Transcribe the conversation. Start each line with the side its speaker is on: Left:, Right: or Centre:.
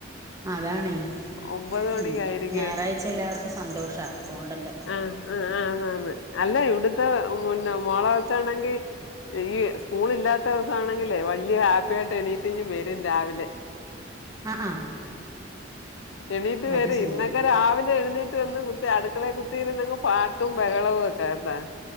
Right: അതാണേ
Left: ഒമ്പത് മണിക്ക്
Right: ഉം
Left: ആയിരിക്കും
Right: ഞായറാഴ്ച എല്ലാവർക്കും സന്തോഷവ പോകണ്ടല്ലോ
Left: ആഹ് ആഹ് ആഹ് ആന്ന് ആന്ന് അല്ലെ ഇവിടത്ത പിന്നെ മോളെ വെച്ചാണെങ്കി ഈ സ്കൂൾ ഇല്ലാത്ത ദിവസാണെങ്കിലെ വലിയ ഹാപ്പി ആയിട്ട് എണീറ്റ് ഇങ്ങ് വരും രാവിലെ
Right: ആഹ് ആഹ്
Left: എണീറ്റ് വരും
Right: അത് ശരി
Left: ഇന്നൊക് ക്ക രാവിലെ എഴുന്നേറ്റ് വന്ന് കുത്തി അടുക്കളെ കുത്തിഇരുന്നങ്ങ് പാട്ടും ബഹളവും ഒക്കെ കേട്ടാ